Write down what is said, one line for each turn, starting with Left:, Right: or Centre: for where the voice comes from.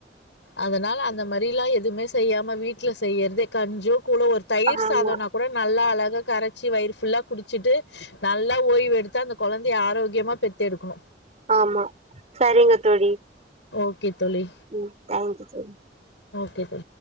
Left: அதனால அந்த மாரிலா எதுமே செய்யாம வீட்ல செய்யற்தே கஞ்யோ கூலோ ஒரு தயிர்
Right: ஆமா ஆமா
Left: சாதோனா கூட நல்லா அழகா கரச்சு வயிர் ஃபுல்லா குடிச்சிட்டு நல்லா ஓய்வெடுத்தா அந்த கொழந்திய ஆரோக்யமா பெத்து எடுக்குணு
Right: ஆமா சரிங்க தோழி
Left: ஓகே தோழி
Right: ம் தேங்க் யூ தோழி
Left: கேக்குது